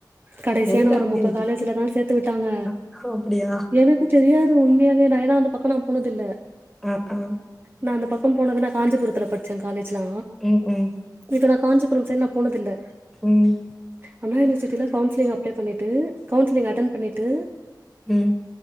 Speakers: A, on the right; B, in the centre.
A: கடைசி
B: எனக்கு
A: யான ஒரு
B: அப்படி
A: மொக்க காலேஜில தா சேத்து விட்டாங்க
B: அ அப்படியா?
A: எனக்கு தெரியாது உண்மையாவே நா ஏன்னா அந்த பக்கோ நா போனதில்ல
B: ஆ ஆ
A: நா அந்த பக்கம் போனதுனா காஞ்சிபுரத்துல படி காலேஜ்லா
B: ம், ம்,
A: இப்ப நா காஞ்சிபுரம் சைட் நா போனதில்ல
B: ம்,
A: அண்ணா யூனிவர்சிட்டில கவுன்சிலிங் அப்ளை பண்ணிட்டு கவுன்சிலிங் அட்டன் பண்ணிட்டு
B: ம்